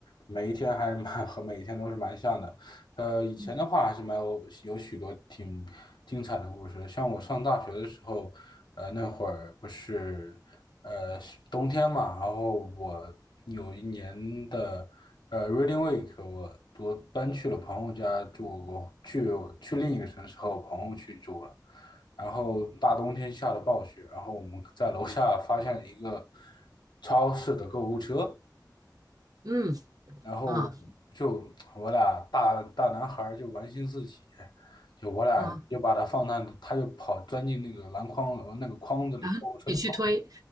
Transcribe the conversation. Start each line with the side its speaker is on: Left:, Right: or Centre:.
Left: 每一天还是蛮 <laughs> 和每一天都是蛮像的。呃，以前的话还是蛮有有许多挺精彩的故事的像我上大学的时候，
Right: 嗯
Left: 呃，那会儿不是呃是冬天嘛，然后我有一年的呃 Reading Week，我我搬去了朋友家住，我去去另一个城市和我朋友去住了。然后大冬天下的暴雪，然后我们在楼下发现了一个超市的购物车，
Right: 嗯
Left: 然后就我俩大大男孩儿就玩心四起，
Right: 啊
Left: 就我俩就把它放那，
Right: 啊，
Left: 他就跑钻进那个篮筐那个筐子里，
Right: 然后你去推，
Left: 购物车的筐。